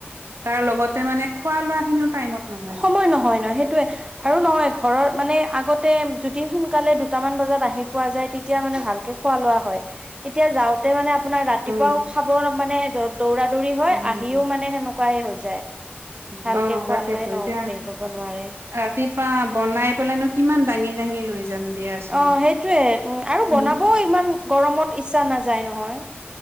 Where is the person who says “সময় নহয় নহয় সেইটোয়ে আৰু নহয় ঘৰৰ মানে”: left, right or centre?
Right